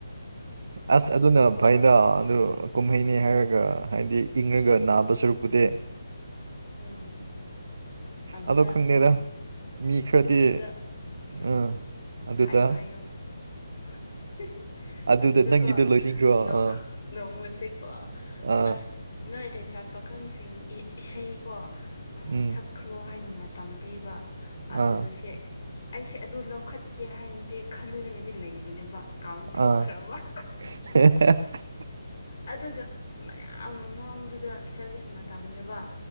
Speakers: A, on the right; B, on the left.
A: ꯑꯁ ꯑꯗꯨꯅ ꯚꯥꯏꯗ ꯑꯗꯨ ꯀꯨꯝꯍꯩꯅꯤ ꯍꯥꯏꯔꯒ ꯍꯥꯏꯗꯤ ꯏꯪꯉꯒ ꯅꯥꯕ ꯁꯨꯔꯨꯛꯄꯨꯗꯤ
B: ꯎꯝ꯫ ꯑꯗꯨꯗ
A: ꯑꯗꯣ ꯈꯪꯗꯦꯗ꯫ ꯃꯤ ꯈꯔꯗꯤ
B: ꯑꯗꯨꯗ ꯎꯝ
A: ꯑꯥ ꯑꯗꯨꯗ
B: ꯍꯥꯏꯌꯣ ꯍꯥꯏꯌꯣ <inaudible> <inaudible>
A: ꯑꯗꯨꯗ
B: ꯑꯗꯨꯗꯀꯣ
A: ꯅꯪꯒꯤꯗꯣ ꯂꯣꯏꯁꯤꯟꯈ꯭ꯔꯣ
B: ꯅꯣꯡ
A: ꯑꯥ
B: ꯅꯣꯡꯃꯁꯦꯀꯣ
A: ꯑꯥ
B: ꯑ ꯅꯣꯏ ꯂꯩꯁꯥ ꯄꯥꯈꯪꯁꯤꯡ ꯏꯁꯩꯀꯣꯛ
A: ꯎꯝ
B: ꯁꯛ ꯈ꯭ꯔꯣ ꯍꯥꯏꯅ ꯃꯇꯝ ꯄꯤꯕ ꯑꯗꯨꯗ
A: ꯑꯥ
B: ꯁꯦ ꯑꯩꯁꯦ ꯑꯗꯨ ꯂꯧꯈꯠꯀꯦ ꯍꯥꯏꯅꯗꯤ ꯈꯜꯂꯒꯗꯤ ꯂꯩꯕꯅꯦꯕ ꯀꯥꯎꯟꯊꯣꯛꯈ꯭ꯔꯕ꯫
A: ꯑꯥ <unintelligible>
B: ꯑꯗꯨꯒ ꯃꯌꯥꯝ ꯃꯥꯡꯗꯨꯗ ꯁꯔꯚꯤꯁ ꯃꯇꯝꯅꯦꯕ